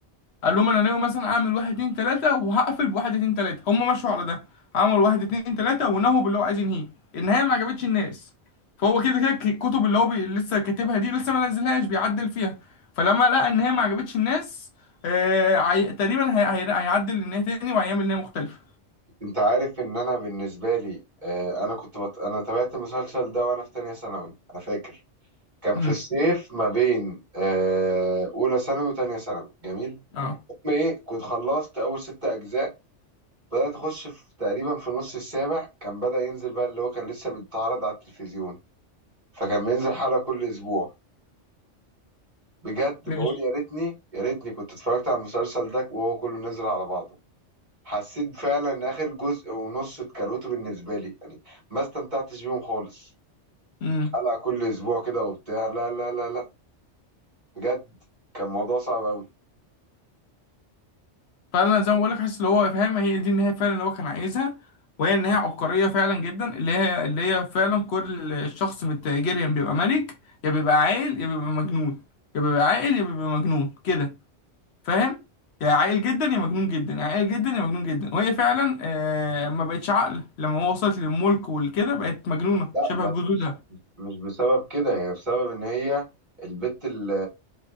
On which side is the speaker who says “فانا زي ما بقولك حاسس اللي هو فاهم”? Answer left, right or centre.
Left